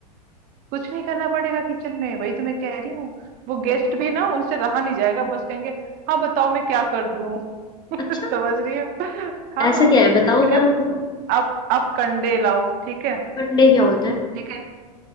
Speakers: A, on the right (about 45°); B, on the left (about 20°).
A: कुछ नहीं करना पड़ेगा किचन में वही तो मैं कह रही हूँ वो गेस्ट भी ना उनसे रहा नहीं जाएगा बस कहेंगे हाँ बताओ मैं क्या कर दूं <laughs>
B: अच्छा
A: समझ रही हो हाँ
B: ऐसा क्या है बताओ
A: तो इसके
B: जरा
A: लिए आप
B: मेरे को
A: आप, आप कंडे लाओ ठीक है
B: अंडे क्या होता है
A: ठीक है